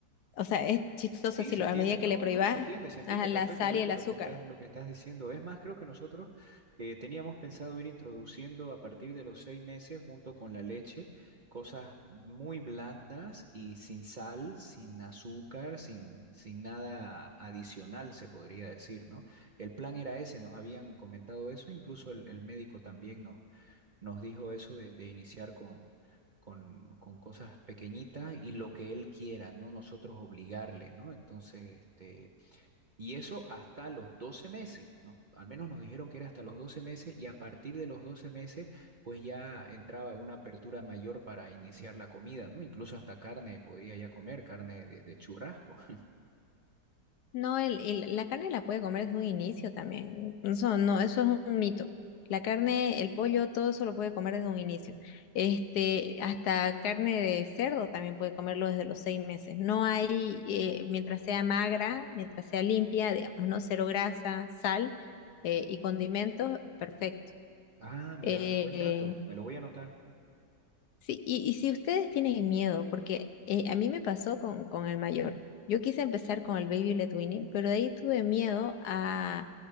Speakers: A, on the left; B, on the right.
A: o sea, es chistoso
B: Sí,
A: decirlo,
B: se entiende,
A: a medida que
B: no,
A: le prohíbas
B: no, se entiende, se entiende
A: a la
B: perfectamente
A: sal y el azúcar.
B: lo que estás, lo que estás diciendo. Es más, creo que nosotros eh, teníamos pensado ir introduciendo a partir de los seis meses, junto con la leche, cosas muy blandas y sin sal, sin azúcar, sin, sin nada adicional, se podría decir, ¿no? El plan era ese, nos habían comentado eso, incluso el, el médico también nos dijo eso de, de iniciar con, con, con cosas pequeñitas y lo que él quiera, no nosotros obligarle, ¿no? Entonces, este, y eso hasta los 12 meses, ¿no? Al menos nos dijeron que era hasta los 12 meses y a partir de los 12 meses, pues ya entraba una apertura mayor para iniciar la comida, ¿no? Incluso hasta carne podía ya comer, carne de, de churrasco. <laughs>
A: No, el, el- la carne la puede comer desde un inicio también. Eso no, eso es un mito. La carne, el pollo, todo eso lo puede comer desde un inicio. Este, hasta carne de cerdo también puede comerlo desde los seis meses. No hay, eh, mientras sea magra, mientras sea limpia, digamos, ¿no? Cero grasa, sal, eh, y condimentos, perfecto.
B: Ah, mira,
A: Eh,
B: buen dato, me lo voy a anotar.
A: Sí, y, y si ustedes tienen miedo, porque eh, a mí me pasó con, con el mayor. Yo quise empezar con el Baby Led Winnie, pero de ahí tuve miedo a,